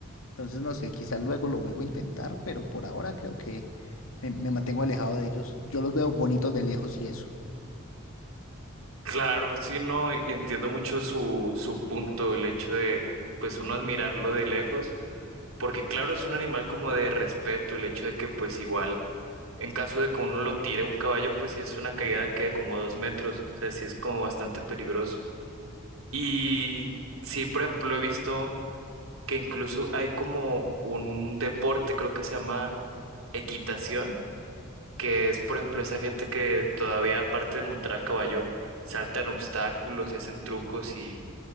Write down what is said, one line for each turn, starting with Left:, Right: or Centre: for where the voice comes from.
Left: Entonces no sé, quizás luego lo vuelvo a intentar, pero por ahora creo que me, me mantengo alejado de ellos. Yo los veo bonitos de lejos y eso.
Right: Claro, sí, no, y entiendo mucho su, su punto, el hecho de, pues, uno admirarlo de lejos, porque claro, es un animal como de respeto, el hecho de que, pues, igual, en caso de que uno lo tire a un caballo, pues, si es una caída que de como dos metros, o sea, sí es como bastante peligroso. Y sí, por ejemplo, he visto que incluso hay como un deporte, creo que se llama equitación que es, por ejemplo, esa gente que todavía, aparte de montar a caballo, saltan obstáculos y hacen trucos y,